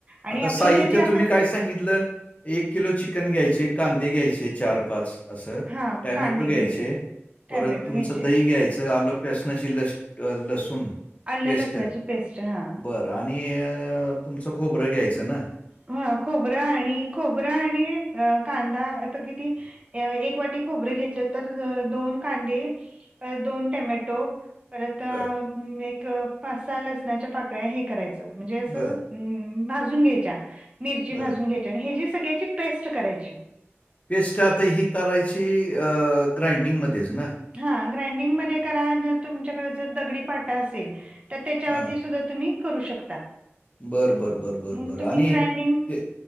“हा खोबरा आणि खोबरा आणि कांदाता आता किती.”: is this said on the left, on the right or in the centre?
Right